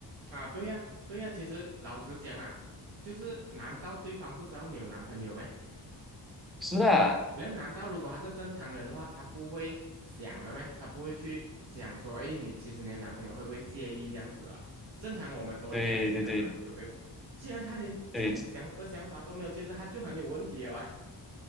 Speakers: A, on the right (about 80°); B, in the centre.
A: 啊，对呀对呀，其实老实讲啊，就是难道对方不知道你有男朋友吗？
B: <laughs> 是啦，
A: 然后难道如果他是正常人的话，他不会想的咩？他不会去想说，哎，你其实你的男朋友会不会介意这样子啊？正常我们都会这样子想嘛，
B: 对对对
A: 对不对？既然他连这样子想的想法都没有，
B: 对，
A: 其实他就很有问题了啊！